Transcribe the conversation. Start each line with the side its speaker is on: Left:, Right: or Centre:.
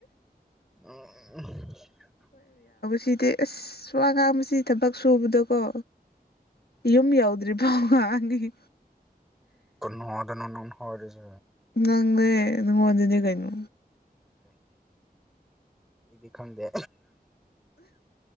Centre: ꯎꯝ ꯎ
Left: ꯁꯤꯗꯤ ꯑꯁ ꯋꯥ ꯉꯥꯡꯕꯁꯤ ꯊꯕꯛ ꯁꯨꯕꯗꯀꯣ ꯌꯨꯝ ꯌꯥꯎꯗ꯭ꯔꯤꯕ ꯋꯥꯉꯣꯡꯏ
Centre: ꯈꯨꯅꯣꯡ ꯑꯗꯨ ꯅꯣꯛꯀꯅꯨꯀꯣ ꯍꯥꯏꯁꯤ
Left: ꯅꯪꯅꯦ ꯅꯪꯉꯣꯟꯗꯅꯦ ꯀꯩꯅꯣ
Centre: ꯎ ꯑꯩꯗꯤ ꯈꯪꯗꯦ